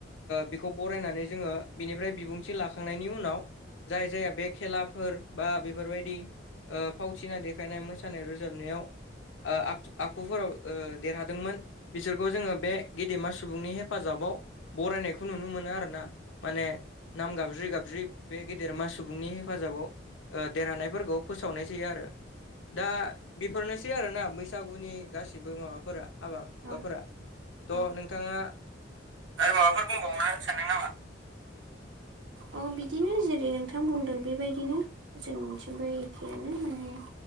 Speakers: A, on the left (about 80°); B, on the right (about 75°).
A: बेखौ फरायनानै जोङो बिनिफ्राय बिबुंथि लाखांनायनि उनाव जाय जाया बे खेलाफोर बा बेफोरबादि फावथिना देखायनाय मोसानाय रोजाबनायाव ओ आखुफोराव देरहादोंमोन बिसोरखौ जोङो बे गेदेमा सुबुंनि हेफाजाबाव बरायनायखौ नुनो मोनो आरोना माने। नाम गाबज्रि गाबज्रि बे गेदेरमा सुबुंनि हेफाजाबाव देरहानायफोरखौ फोसावनाय जायो आरो दा बेफोरनोसै बिदि आरोना बैसागुनि गासिबो माबाफोरा हाबा हुखाफोरा
B: औ
A: थ'
B: औ औ
A: नोंथाङा
B: आरो माबाफोर बुंबावनो सानदों नामा? अ बिदिनो जेरै नोंथां बुंदों बेबादिनो जों थिंबो एखेयानो माने